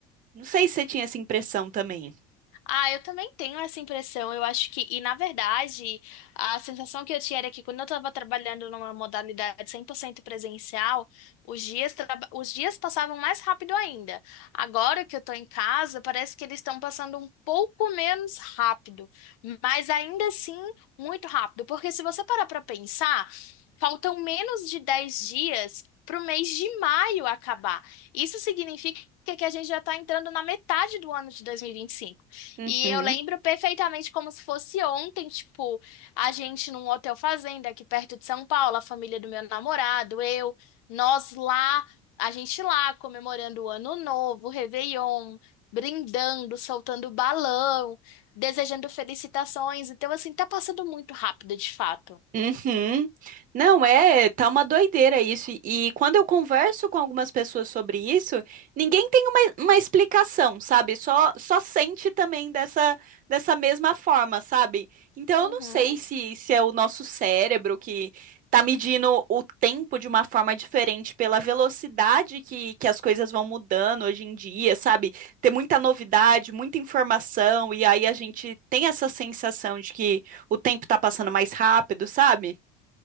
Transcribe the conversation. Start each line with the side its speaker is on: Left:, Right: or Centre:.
Right: Não sei se você tinha essa impressão também.
Left: Ah, eu também tenho essa impressão. Eu acho que, e na verdade, a sensação que eu tinha era que quando eu estava trabalhando numa modalidade 100% presencial, os dias, traba- os dias passavam mais rápido ainda. Agora que eu estou em casa, parece que eles estão passando um pouco menos rápido, mas ainda assim muito rápido. Porque se você parar para pensar, faltam menos de 10 dias para o mês de maio acabar. Isso significa que a gente já está entrando na metade do ano de dois mil e e vinte e cinco.
Right: Uhum.
Left: E eu lembro perfeitamente como se fosse ontem, tipo, a gente num hotel fazenda aqui perto de São Paulo, a família do meu namorado, eu, nós lá, a gente lá comemorando o Ano Novo, o Réveillon, brindando, soltando balão, desejando felicitações. Então, assim, tá passando muito rápido, de fato.
Right: Uhum. Não, é, tá uma doideira isso. E, e quando eu converso com algumas pessoas sobre isso, ninguém tem uma, uma explicação, sabe? Só, só sente também dessa, dessa mesma forma, sabe? Então
Left: Uhum.
Right: eu não sei se, se é o nosso cérebro que tá medindo o tempo de uma forma diferente pela velocidade que, que as coisas vão mudando hoje em dia, sabe? Tem muita novidade, muita informação, e aí a gente tem essa sensação de que o tempo tá passando mais rápido, sabe?